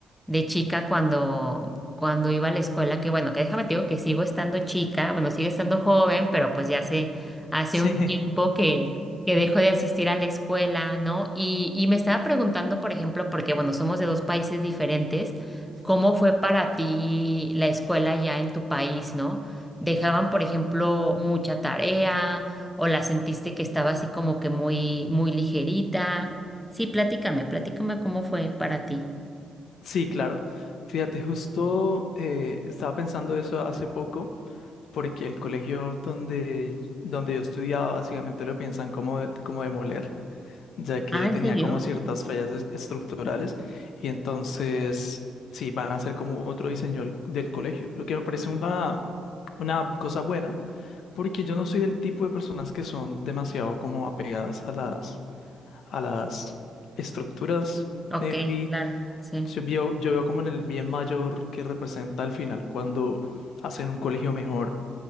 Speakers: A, in the centre; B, on the left (about 75°).
A: de chica cuando, cuando iba a la escuela, que bueno, que déjame te digo que sigo estando chica, bueno, sigo estando joven, pero pues ya hace, hace
B: Sí,
A: un tiempo
B: <laughs>
A: que, que dejo de asistir a la escuela, ¿no? Y, y me estaba preguntando, por ejemplo, porque bueno, somos de dos países diferentes. ¿Cómo fue para ti la escuela ya en tu país, no? ¿Dejaban, por ejemplo, mucha tarea o la sentiste que estaba así como que muy, muy ligerita? Sí, platícame, platícame cómo fue para ti.
B: sí, claro. Fíjate, justo eh, estaba pensando eso hace poco, porque el colegio donde, donde yo estudiaba básicamente lo piensan como, de- como demoler, ya que
A: Ah, ¿en
B: tenía
A: serio?
B: como ciertas fallas es- estructurales y entonces sí, van a hacer como otro diseño del del colegio, lo que me parece una, una cosa buena Porque yo no soy del tipo de personas que son demasiado como apegadas a las, a las estructuras.
A: Ok,
B: Maybe
A: claro, sí.
B: yo veo, yo veo como en el bien mayor que representa al final cuando hacen un colegio mejor